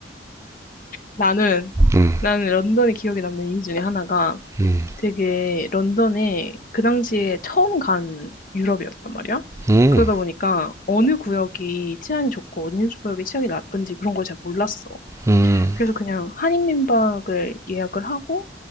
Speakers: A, on the left (about 45°); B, on the right (about 15°).
A: 나는
B: 음,
A: 나는 런던에 기억에 남는 이유 중에 하나가
B: 음,
A: 되게 런던에 그 당시에 처음 간 유럽이었단 말이야.
B: 음,
A: 그러다 보니까 어느 구역이 치안이 좋고 어느 구역이 치안이 나쁜지 그런 걸 잘 몰랐어.
B: 음,
A: 그래서 그냥 한인민박을 예약을 하고